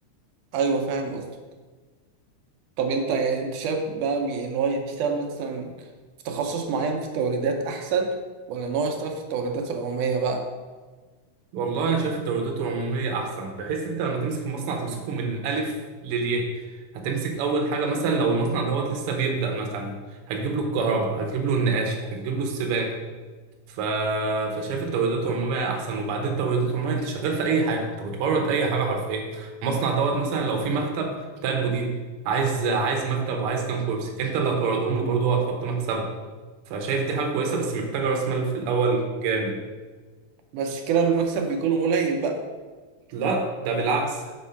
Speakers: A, on the right; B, on the right.
A: ايوه فاهم قصدي طب انت يعني انت شايف بقى بي- ان هو يشتغل مثلا في تخصص معين في التوريدات احسن ولا ان هو يشتغل في التوريدات العمومية بقى
B: والله انا شايف التوريدات العموميه احسن بحيث انت لما تمسك المصنع تمسكه من الالف للياء هتمسك اول حاجه مثلا لو المصنع دوت لسه بيبدا مثلا هتجيب له الكهرباء هتجيب له النقاش هتجيب له السباكه ف... فشايف التوريدات العموميه احسن وبعدين التوريدات العموميه انت شغال في اي حاجه انت بتورد اي حاجه حرفيا المصنع دوت مثلا لو في مكتب بتاع المدير عايز عايز مكتب وعايز كام كرسي انت اللي هتوردهم له برضه هتحط مكسبك فشايف دي حاجة كويسة بس محتاجة راس مال في الأول جامد
A: بس كده المكسب بيكون قليل بقى
B: لا ده بالعكس